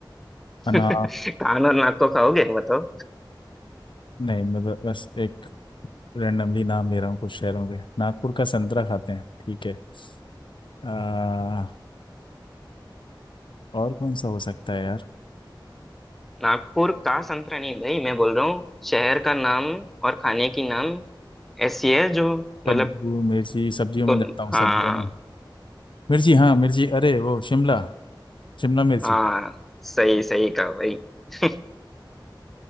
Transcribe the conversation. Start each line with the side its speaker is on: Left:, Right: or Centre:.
Centre: <laughs>
Left: अना
Centre: कान और नाक को खाओगे बताओ
Left: नहीं मैं ब- बस एक रैंडमली नाम ले रहा हूँ कुछ शहरों के नागपुर का संतरा खाते हैं ठीक है आ, और कौन सा हो सकता है यार
Centre: नागपुर का संतरा नहीं भाई मैं बोल रहा हूँ शहर का नाम और खाने की नाम ऐसी है जो
Left: कद्दू
Centre: मतलब
Left: मिर्ची सब्जियों में
Centre: तो
Left: जाता हूँ सब्जियों
Centre: हाँ
Left: में मिर्ची हाँ मिर्ची अरे वो शिमला शिमला मिर्ची
Centre: हाँ सही सही कहा भाई <laughs>